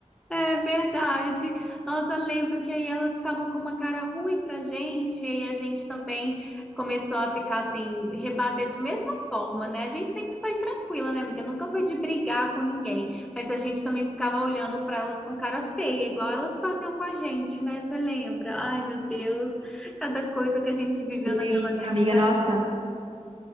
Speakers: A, in the centre; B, on the right.
A: É verdade. Nossa, lembro que aí elas ficavam com uma cara ruim pra gente, e a gente também começou a ficar assim, rebater da mesma forma, né? A gente sempre foi tranquila, né, amiga? Nunca foi de brigar com ninguém, mas a gente também ficava olhando pra elas com cara feia, igual elas faziam com a gente, né? Você lembra? Ai, meu Deus, cada coisa que a gente viveu
B: Lembro,
A: na vida.
B: amiga, nossa.